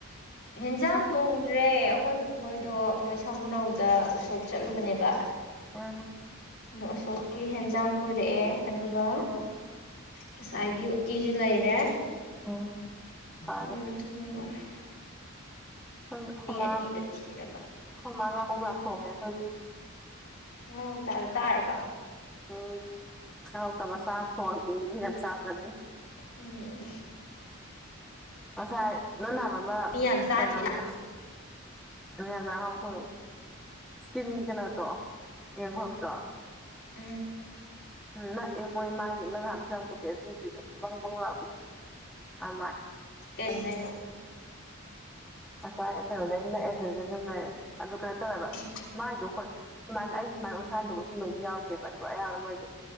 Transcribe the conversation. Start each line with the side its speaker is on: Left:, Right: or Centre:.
Left: ꯍꯤꯟꯖꯥꯡ ꯊꯣꯡꯗ꯭ꯔꯦ ꯑꯈꯣꯏ ꯕꯨꯍꯣꯏꯗꯣ ꯃꯣꯏ ꯁꯥꯃꯨꯔꯧꯗ ꯎꯁꯣꯞ ꯆꯠꯂꯨꯕꯅꯦꯕ
Centre: ꯎꯝ
Left: ꯑ ꯎꯁꯣꯞꯀꯤ ꯍꯦꯟꯖꯥꯡ ꯄꯨꯔꯛꯑꯦ ꯑꯗꯨꯒ
Centre: ꯎꯝ
Left: ꯉꯁꯥꯏꯒꯤ ꯎꯇꯤꯁꯨ ꯂꯩꯔꯦ
Centre: ꯎꯝ
Left: ꯑꯗꯨꯅ
Centre: ꯐꯔꯦ
Left: ꯎꯝ ꯃꯔꯣꯢ
Centre: ꯈꯣꯏ ꯈꯣꯏꯃꯥꯟ
Left: ꯑꯅꯤꯗꯣ ꯊꯤꯔꯒ
Centre: ꯈꯣꯏꯃꯥꯟ ꯉꯥ ꯀꯣꯛꯇ ꯊꯣꯡꯉꯦ ꯑꯈꯣꯏꯖꯨ
Left: ꯉꯥꯎꯇ <unintelligible> ꯇꯥꯔꯕ
Centre: ꯎꯝ ꯉꯥ ꯀꯧꯇꯥ ꯃꯆꯥ ꯑꯃꯥ ꯊꯣꯡꯉꯝꯅꯤ ꯃꯤ ꯌꯥꯝ ꯆꯥꯗ꯭ꯔꯅꯤ
Left: ꯎꯝ
Centre: ꯉꯁꯥꯏ ꯅꯪ ꯍꯥꯏꯕ‌ ꯑꯃ
Left: ꯃꯤ ꯌꯥꯝ ꯆꯥꯗ꯭ꯔꯤ
Centre: ꯀꯩꯅꯣꯒꯤꯗꯣ <unintelligible> ꯁꯣꯡꯉꯦ ꯏꯁꯀꯤꯟ ꯀꯩꯅꯣꯗꯣ ꯌꯦꯡꯐꯝꯗꯣ
Left: ꯎꯝ
Centre: ꯎꯝ ꯅꯛꯑꯦ ꯃꯣꯏ ꯃꯥꯏ ꯅꯪ ꯅꯍꯥꯟ ꯀꯨꯝꯕꯤ ꯑꯗꯨꯏ ꯅꯨꯄꯤꯗꯣ ꯕꯪ ꯕꯪ ꯂꯥꯎꯕꯤꯗꯣ ꯑꯥꯃꯏ
Left: <unintelligible>
Centre: ꯑꯁꯨꯋꯥꯏ ꯀꯩꯅꯣꯗꯩ ꯅꯛꯑꯦ ꯁꯤꯗ ꯑꯗꯨꯝ ꯂꯩꯔꯦ ꯑꯗꯨ ꯀꯩꯅꯣ ꯇꯧꯋꯦꯕ
Left: ꯎꯝ
Centre: ꯃꯥꯏꯗꯣ ꯍꯣꯏ ꯁꯨꯃꯥꯏꯅ ꯑꯩ ꯁꯨꯃꯥꯏꯅ ꯎꯟꯁꯥ ꯍꯦꯟꯗꯣꯛꯄꯩꯗꯤ ꯁꯨꯝꯕꯩꯗꯤ ꯌꯥꯎꯗꯦꯕ ꯑꯗꯣ ꯑꯌꯥꯝꯕꯅ ꯃꯣꯏꯗꯤ